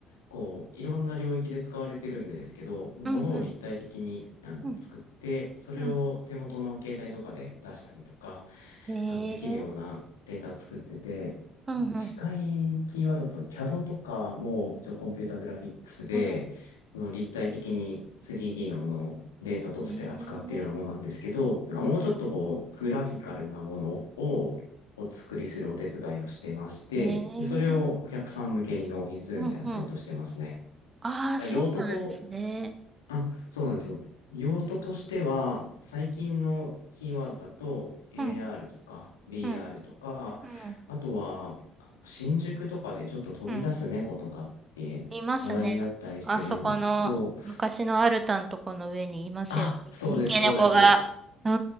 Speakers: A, on the left; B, on the right.
A: こう、いろんな領域で使われてるんですけど、もう物を立体的にあの作って、
B: うんうん。うん
A: それを手元の携帯とかで出したりとか、
B: うんうん。うんへえ。
A: あの、できるようなデータ作ってて、
B: うんうん。
A: まあ、近いキーワードと
B: うん
A: CAD とかも、一応コンピュータグラフィックスで、
B: うん
A: その立体的に 3D のものをデータとして扱っているようなものなんですけど、
B: うん。へえ。
A: なんかもうちょっとこう、
B: うんうん
A: グラフィカルなものをお作りするお手伝いをしてまして、
B: うん。へえ。
A: で、それをお客さん向けに納品するみたいな仕事をしてますね。
B: うんうん。ああ、
A: まあ用途と
B: そうなんですね。
A: あ、そうなんですよ。用途としては、最近のキーワードだと、AR
B: うん
A: とか b
B: うんう
A: r とか、
B: ん
A: あとは、あの新宿とかでちょっと飛び出す猫とかって話題になったりしてるんですけど、
B: うんいますね。あそこの昔のアルタのとこの上にいますよね。
A: あ、そうです、
B: 三毛猫が。
A: そうです。
B: うん